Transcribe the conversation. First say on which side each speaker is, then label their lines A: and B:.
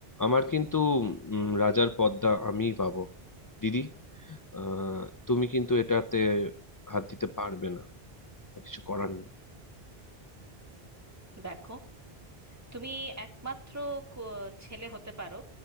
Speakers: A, on the left; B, on the right.
A: আমার কিন্তু উম, রাজার পদটা আমিই পাবো দিদি আহ, তুমি কিন্তু এটাতে হাত দিতে পারবে না কিছু করার নেই
B: দেখো তুমি একমাত্র ক- ছেলে হতে পারো